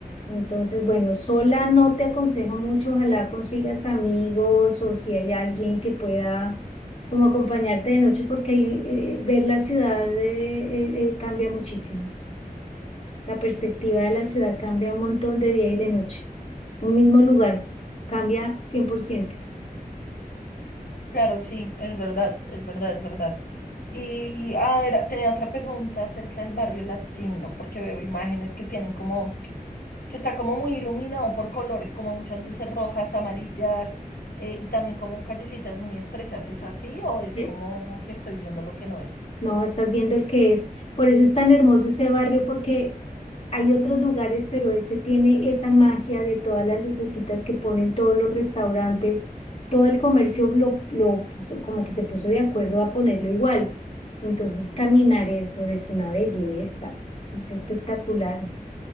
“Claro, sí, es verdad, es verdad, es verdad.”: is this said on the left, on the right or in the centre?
Left